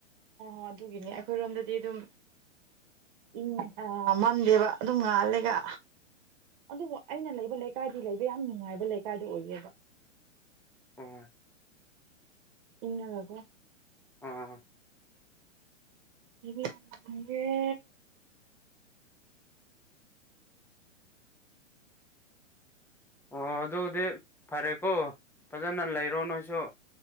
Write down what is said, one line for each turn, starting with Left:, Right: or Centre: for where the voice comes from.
Right: ꯑꯣ ꯑꯗꯨꯒꯤꯅꯦ ꯑꯩꯈꯣꯏꯔꯣꯝꯗꯗꯤ ꯑꯗꯨꯝ ꯏꯪ ꯑ ꯃꯝꯗꯦꯕ ꯑꯗꯨꯝ ꯉꯥꯜꯂꯦꯒ ꯑꯗꯨꯕꯨ ꯑꯩꯅ ꯂꯩꯕ ꯂꯩꯀꯥꯏꯗꯤ ꯂꯩꯕ ꯌꯥꯝ ꯅꯨꯡꯉꯥꯏꯕ ꯂꯩꯀꯥꯏꯗꯨ ꯑꯣꯏꯌꯦꯕ
Centre: ꯑꯣ
Right: ꯏꯪꯅꯒꯀꯣ
Centre: ꯑꯥ
Right: ꯑꯩꯗꯤ ꯌꯥꯝ ꯅꯨꯡꯉꯥꯏꯌꯦ
Centre: ꯑꯣ ꯑꯗꯨꯗꯤ ꯐꯔꯦꯀꯣ ꯐꯖꯅ ꯂꯩꯔꯣ ꯅꯣꯏꯁꯨ